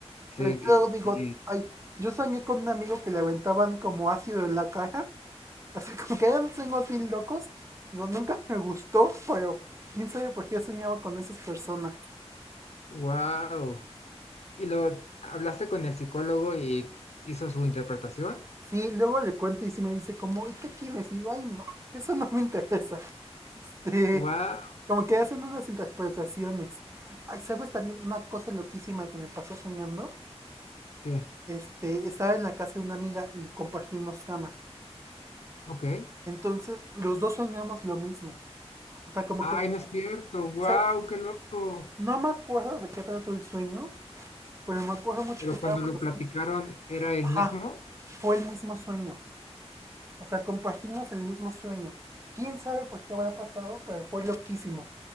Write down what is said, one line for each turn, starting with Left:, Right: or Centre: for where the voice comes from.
Left: sí,
Right: Pero yo luego digo,
Left: y,
Right: ay, yo soñé con un amigo que le aventaban como ácido en la cara. <laughs> O sea, como que eran sueños así locos. Digo, nunca me gustó, pero quién sabe por qué soñaba con esas personas.
Left: wow. ¿Y lo hablaste con el psicólogo y hizo su interpretación?
Right: Sí, luego le cuento y sí me dice como, ¿y qué tienes? Y digo, ay, no, eso no me interesa. <laughs> Este,
Left: wow
Right: como que hacen unas interpretaciones. Ay, ¿sabes también una cosa loquísima que me pasó soñando?
Left: ¿Qué?
Right: Este, estaba en la casa de una amiga y compartimos cama.
Left: Ok.
Right: Entonces, los dos soñamos lo mismo. O sea, como
Left: Ay,
Right: que, o
Left: no es cierto. Wow,
Right: sea,
Left: qué loco.
Right: no me acuerdo de qué trató el sueño, pero me acuerdo mucho
Left: Pero
Right: que estábamos
Left: cuando lo
Right: así.
Left: platicaron, ¿era el
Right: Ajá,
Left: mismo?
Right: fue el mismo sueño. O sea, compartimos el mismo sueño. ¿Quién sabe por qué habrá pasado? Pero fue loquísimo.